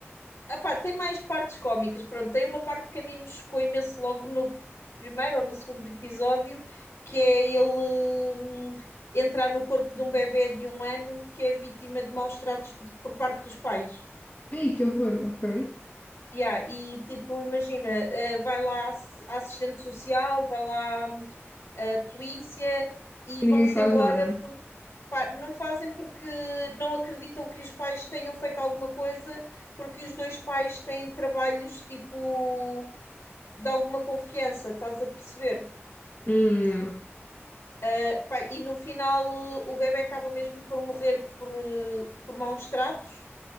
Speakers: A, on the left; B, on the left.
A: Epá, tem mais partes cómicas. Pronto, tem uma parte que a mim me chocou imenso logo no primeiro ou no segundo episódio, que é ele hum, entrar no corpo de um bebé de um ano que é vítima de maus tratos de- por parte dos pais.
B: Ei, que horror, ok.
A: Yeah, e tipo, imagina, eh, vai lá ass- a assistente social, vai lá hum, a polícia e
B: E
A: vão-se
B: ninguém faz
A: embora
B: nada.
A: Pá, não fazem porque não acreditam que os pais tenham feito alguma coisa, porque os dois pais têm trabalhos tipo de alguma confiança, estás a perceber?
B: Hum, não.
A: Eh, pá, e no final eh, o bebé acaba mesmo por morrer por, eh, por maus tratos,